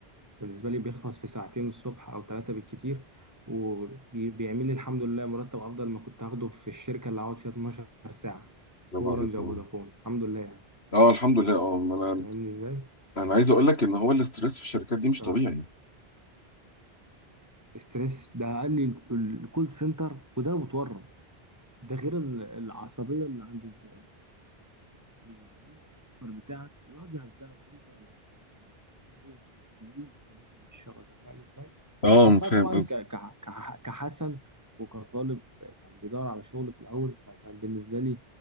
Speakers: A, on the right; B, on the left.
A: بالنسبة لي بيخلص في ساعتين الصبح أو ثلاثة بالكتير وبيعمل لي الحمد لله مرتب أفضل ما كنت هاخده في الشركة اللي هقعد فيها 12 ساعة
B: برافو
A: في أورنج
B: عليك
A: أو
B: اه
A: فودافون الحمد لله يعني
B: آه، الحمد لله اه ما انا
A: فاهمني إزاي؟
B: انا عايز اقول لك ان هو الاستريس في الشركات دي مش
A: ف
B: طبيعي
A: ستريس ده قال لي الكول سنتر وده أنا متورم ده غير ال- العصبية اللي عند الز- العميل او الكاستمر بتاعك ويقعد يهزقك وانت ما بقاش فاهم أنا ليه؟ انا إيه اللي مختبرني على الشغل ده فاهم ازاي؟
B: اه
A: بس
B: فاهم
A: انا طبعا
B: قصدي
A: ك... ك... ك- كحسن وكطالب كان بيدور على شغل في الاول فكان بالنسبه لي